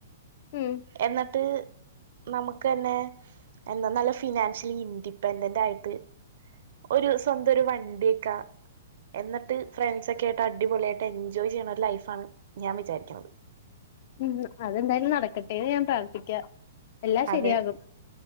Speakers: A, on the left (about 45°); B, on the right (about 60°).
A: ഉം
B: എന്നിട്ട് നമുക്ക് തന്നെ എന്താ നല്ല ഫിനാൻഷ്യലി ഇൻഡിപെൻഡന്റ് ആയിട്ട് ഒരു സ്വന്തം ഒരു വണ്ടിയൊക്കാ എന്നിട്ട് ഫ്രണ്ട്സ് ഒക്കെ ആയിട്ട് അടിപൊളിയായിട്ട് എൻജോയ് ചെയ്യണ ഒരു ലൈഫാണ് ഞാൻ വിചാരിക്കണത്
A: ഉം അതെന്തായാലും നടക്കട്ടെ എന്ന് ഞാൻ പ്രാർത്ഥിക്കാം എല്ലാം
B: അതെ
A: ശരിയാകും